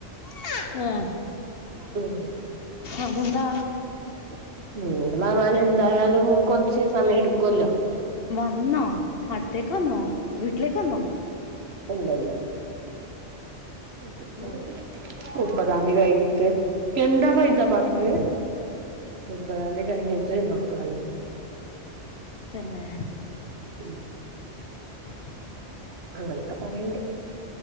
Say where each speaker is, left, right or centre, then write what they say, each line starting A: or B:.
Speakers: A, on the left (about 60°); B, on the right (about 65°).
A: ഹ്ആ
B: ഉമ്
A: അതെന്താ
B: <unintelligible> എന്തായാലും കൊറച്ച് സമയം എട്ക്കൊല്ലോ
A: വന്നോ അടുത്തേക്ക് വന്നോ വീട്ടിലേക്ക് വന്നോ
B: ഇല്ലല്ലല്ല <unintelligible>
A: ഓ
B: ക്കദാണ്ടി കയിഞ്ഞിട്ട്എന്താ ഫൈസാ ഫാതിമേ
A: ഉം
B: മുപ്പതാംതി കഴിഞ്ഞിട്ട് <unintelligible>
A: തന്നെ
B: ഉം
A: <unintelligible>
B: അങ്ങനൊക്കെ പറയ്ണ്ട്